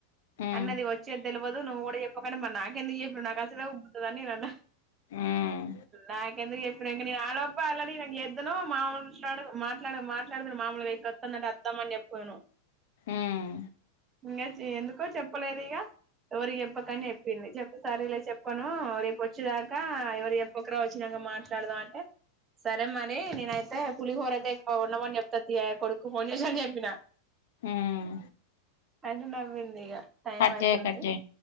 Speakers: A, on the left; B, on the right.
A: ఉమ్
B: అన్నది వచ్చేది తెలియదు నువ్వు కూడా చెప్పకు మరి నాకెందుకు చెప్పుడు నాకు అస ఉబ్బుతుందిని నే అన్నా
A: ఉమ్
B: నాకెందుకు చెప్పి నేను ఆలోప అలాని నాకు చేద్ద్ను మామూలు మాట్లాడు మాట్డ మాట్లాడుతును మామలు యిపు వస్తుందంటే అతమని చెప్పదును
A: ఉమ్
B: ఇంకా ఎందుకో చెప్పలేదు ఇక ఎవరికి చెప్పకని చెప్పింది చెప్పు సరేలే చెప్పను రేపు వచ్చేదాకా ఎవరు చెప్పకురా వచ్చిన మాట్లాడదాం అంటే సరేమ్మాని నేనయితే పులిహోర ద ఉన్నామని చెప్తా కొడుకు ఫోన్ చేశా అని చెప్పిన
A: మ్మ్
B: అయితే నవ్వింది ఇక టైం
A: కట్
B: అయితుంది
A: చేయి కట్ చేయి